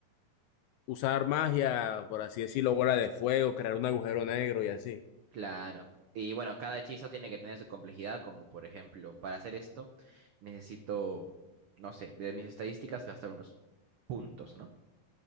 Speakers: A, on the left; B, on the right.
A: usar magia, por así decirlo, bola de fuego, crear un agujero negro y así.
B: Claro. Y bueno, cada hechizo tiene que tener su complejidad, como por ejemplo, para hacer esto, necesito, no sé, de mis estadísticas gastar unos puntos, ¿no?